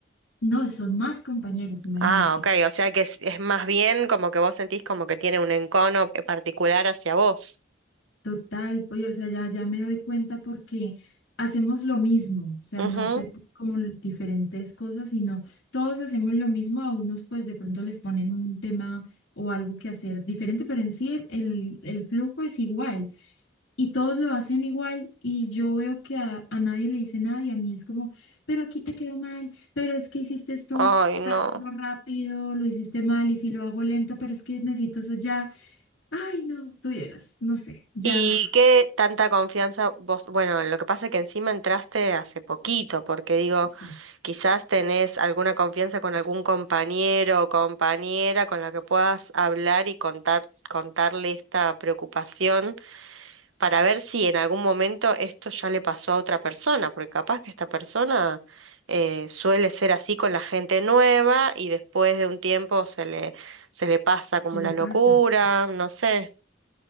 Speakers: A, on the left; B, on the right.
A: No, son más compañeros, imagínate.
B: Ah, ok, o sea que es, es más bien como que vos sentís como que tiene un encono particular hacia vos.
A: Total, pues, o sea, ya, ya me doy cuenta porque hacemos lo mismo, o sea,
B: Ujú.
A: no tenemos como l- diferentes cosas, sino todos hacemos lo mismo, a unos pues de pronto les ponen un tema o algo que hacer diferente, pero en sí el, el flujo es igual y todos lo hacen igual y yo veo que a, a nadie le dice nada y a mí es como, pero aquí te quedó mal, pero es que hiciste esto
B: Ay, no.
A: para hacerlo rápido, lo hiciste mal y si lo hago lento, pero es que necesito eso ya. Ay, no, tuvieras, no sé, ya
B: ¿Y qué tanta confianza vos? Bueno, lo que pasa es que encima entraste hace poquito, porque digo,
A: Sí,
B: quizás tenés alguna confianza con algún compañero o compañera con la que puedas hablar y contar, contarle esta preocupación. para ver si en algún momento esto ya le pasó a otra persona, porque capaz que esta persona eh, suele ser así con la gente nueva y después de un tiempo se le, se le pasa como
A: ¿qué le
B: la
A: pasa?
B: locura, no sé,